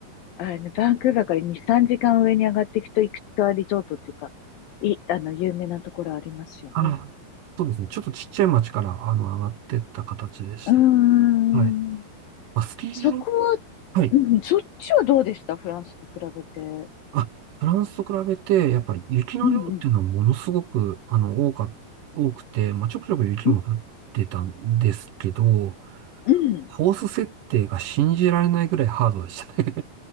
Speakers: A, on the left; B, on the right.
A: あの、バンクーバーから2、3時間上に上がっていくと、いくつかリゾートっていうか、い、あの、有名なところありますよね。
B: あ、そうですね。ちょっとちっちゃい町から、あの、上がってった形でした。
A: うーん。
B: はい。まあ、スキー場、
A: そこは、
B: はい。
A: うん、そっちはどうでしたフランスと比べて。
B: あ、フランスと比べて、やっぱ雪の量っていうのはものすごく、
A: うんうん。
B: あの、多か、多くて、まあ、ちょくちょく雪も降ってたんですけど、
A: うん。うん
B: コース設定が信じられないぐらいハードでしたね。